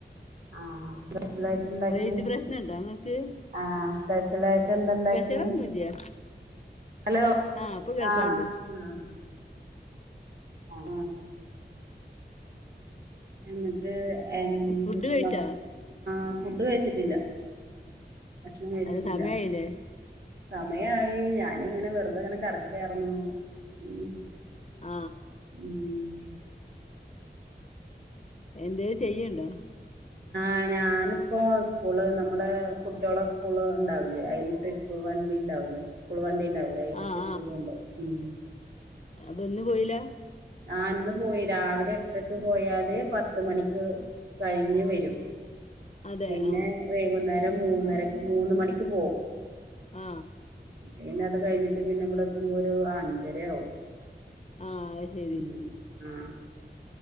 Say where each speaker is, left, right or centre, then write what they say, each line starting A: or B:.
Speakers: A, on the right; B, on the left.
A: ആ സ്പെഷ്ലായ്റ്റ് ണ്ടാക്കി
B: റേഞ്ച് പ്രശ്നണ്ടോ ഇങ്ങക്ക്
A: ആ സ്പെഷ്യലായ്റ്റെന്തണ്ടാക്കി
B: സ്പെഷ്യലൊന്നുല്ല
A: ഹലോ
B: ആഹ് ഇപ്പൊ കേൾക്കാണ്ട്
A: ആ ആ ആ എന്നിട്ട് എന്ത്
B: ഫുഡ്
A: <unintelligible>
B: കഴിച്ചാ
A: ആ ഫുഡ്ഡ് കയ്ച്ചിട്ടില്ല ഭക്ഷണം കയ്ച്ചിട്ടില്ല
B: അല്ല സമയായില്ലേ
A: സമയായി ഞാനിങ്ങനെ വെർതെങ്ങനെ കെടക്കാക്കാർന്നു. മ്
B: ആ
A: ഉം
B: എന്തേലും ചെയ്യ്ണ്ടോ
A: ആ ഞാനിപ്പോ സ്കൂള് നമ്മടെ കുട്ട്യോളെ സ്കൂള് ണ്ടാവില്ലേ അതില് ട്രിപ്പ് വണ്ടി ണ്ടാ വൂലെ സ്കൂൾ വണ്ടി ണ്ടാവൂലെ അതില്
B: ആഹ്
A: ട്രിപ്പ് പോണ് ണ്ട് മ്
B: അബന്ന് പോയ്ല
A: ആ ന്ന് പോയി രാവിലെ എട്ട്രക്ക് പോയാല് പത്ത് മണിക്ക് കൈഞ്ഞ് വെരും.
B: അതെ
A: പിന്നെ
B: ആഹ്
A: വൈകുന്നേരം മൂന്നരക് മൂന്ന് മണിക്ക് പോവും.
B: ആ
A: പിന്നെ അത് കൈഞ്ഞ്ട്ട് പിന്നെ വടെ എത്തുമ്പോരു അഞ്ചരാവും
B: ആഹ് അത് ശരി
A: മ് ആ